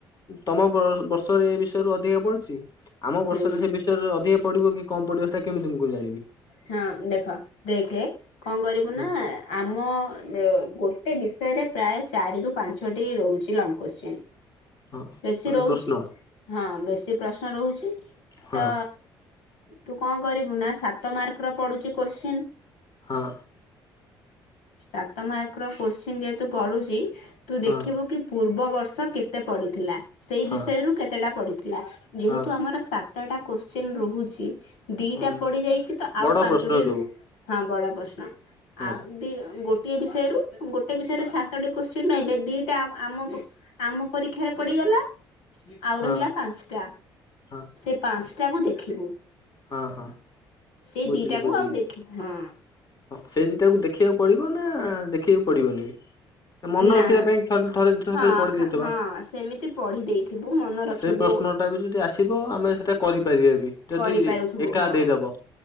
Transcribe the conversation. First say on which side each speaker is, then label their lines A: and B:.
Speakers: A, on the left (about 40°); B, on the left (about 80°).
A: ତମ ବର୍ଷରେ ଏ ବିଷୟରୁ ଅଧିକା ପଢୁଛି ଆମ ବର୍ଷରେ
B: ହୁଁ
A: ସେ ବିଷୟରେ ଅଧିକା ପଡିବ କି କମ ପଡିବ ସେଟା କେମିତି ତମକୁ ଜାଣିବି,?
B: ହଁ ଦେଖ ଦେଖେ କଣ କରିବୁ ନା
A: ହୁଁ,
B: ଆମ ଗୋଟେ ବିଷୟରେ ପ୍ରାୟ ଚାରି ରୁ ପାଞ୍ଚଟି ରହୁଛି ଲଙ୍ଗ କୋଶ୍ଚିନ୍
A: ହଁ
B: ବେଶୀ
A: ମାନେ
B: ରହୁଛି
A: ପ୍ରଶ୍ନ
B: ହଁ ବେଶୀ ପ୍ରଶ୍ନ ରହୁଛି।
A: ହଁ
B: ତ ତୁ କଣ କରିବୁ ନା ସାତ ମାର୍କ ର ପଡୁଛି କୋଶ୍ଚିନ୍?
A: ହଁ।
B: ସାତ ମାର୍କ ର କୋଶ୍ଚିନ୍ ଯେହେତୁ ପଢୁଛି ତୁ ଦେଖିବୁ
A: ହଁ
B: କି? ପୂର୍ବ ବର୍ଷ କେତେ ପଡିଥିଲା ସେଇ
A: ହଁ
B: ବିଷୟରୁ କେତେଟା ପଡିଥିଲା ଯେହେତୁ
A: ହଁ
B: ଆମର ସାତ୍ ଟା କୋଶ୍ଚିନ ରହୁଛି ଦିଟା
A: ହଁ
B: ପଡି ଯାଇଛି ତ
A: ବଡ
B: ଆଉ ପାଞ୍ଚଟି
A: ପ୍ରଶ୍ନ ଯୋଉ
B: ହଁ ବଡ ପ୍ରଶ୍ନ
A: ହଁ
B: ଆଉ ଦି ଗୋଟେ ଗୋଟିଏ ବିଷୟରୁ ଗୋଟେ ବିଷୟରେ ସାତଟି କୋଶ୍ଚିନ ରହିଲେ ଦିଟା ଆମ ଆମ ପରୀକ୍ଷାରେ ପଡିଗଲା। ଆଉ
A: ହଁ
B: ରହିଲା ପାଞ୍ଚଟା
A: ହଁ
B: ସେ ପାଞ୍ଚଟା କୁ ଦେଖିବୁ।
A: ହଁ ହଁ।
B: ସେଇ
A: ବୁଝିଲି
B: ଦିଟାକୁ
A: ବୁଝିଲି
B: ଆଉ ଦେଖି ହଁ।
A: ହଁ ସେ ଦିଟାକୁ ଦେଖିବାକୁ ପଡିବ ନା ଦେଖିବାକୁ ପଡିବନି। ମନେ
B: ନା
A: ରଖିବା ପାଇଁ ଥରେ ଦି ଥର
B: ହଁ
A: ଖାଲି ପଡି ଦେଇଥିବା।
B: ହଁ ସେମିତି ପଢି ଦେଇଥିବୁ ମନେ ରଖିବୁ
A: ସେଇ ପ୍ରଶ୍ନଟା ବି ଯଦି ଆସିବ ଆମେ ସେଇଟା କରିପାରିବା ବି? ଯଦି
B: କରିପାରୁଥିବୁ
A: ଏକା
B: ହଁ
A: ଦେଇଦବ